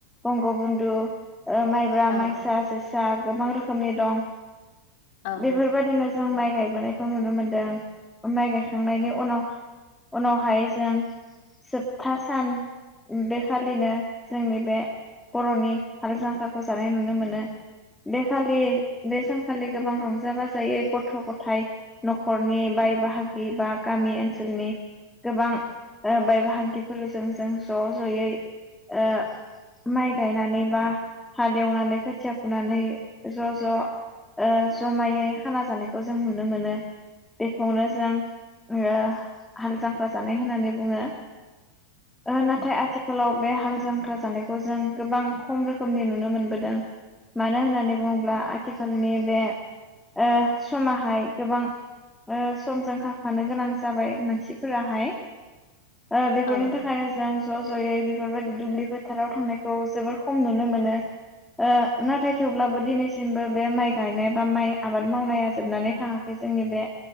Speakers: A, in the centre; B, on the left.
A: बंगबन्धु ओ माइब्रा
B: औ
A: माइसा जोस आ गोबां रोखोमनि दं
B: औ
A: बेफोर बादिनो जों माइ गायबोनायखौ नुनो मोनदों माइ गायखांनायनि उनाव उनावहाय जों जोब था सान बेखालिनो जोंनि बे बर'नि हाल जांख्राखौ जानाय नुनो मोनो बेखालि बे सानखालि गोबां रंजा बाजायै गथ' गथाय न'खरनि बाय बाहागि बा गामि ओनसोलनि गोबां ओ बाय बाहागि फोरजों जों ज' ज'यै ओ माइ गायनानै बा हालेवनानै खोथिया फुनानै ज' ज' ओ ज'मायै खाना जानायखौ जों नुनो मोनो बेखौनो जों ओ हाल जांख्रा जानाय होननानै बुङो ओ नाथाय आथिखालाव बे हाल जांख्रा जानायखौ जों गोबां खम रोखोमनि नुनो मोनबोदों मानो होननानै बुङोब्ला आथिखालनि बे ओ समाहाय गोबां समजों खारफानो गोनां जाबाय मानसिफोराहाय ओ बेफोरनि
B: औ
A: जों ज' ज'यै बेफोरबायदि दुब्लि फोथाराव थांनायखौ जोबोर खम नुनो मोनो ओ नाथाय थेवब्लाबो दिनैसिमबो बे माइ गायनाय बा माइ आबाद मावनाया जोबनानै थाङाखै जोंनि बे